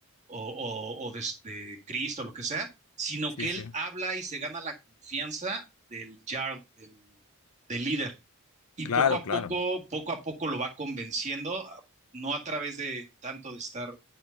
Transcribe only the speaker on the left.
sí,
sí,
claro,
claro.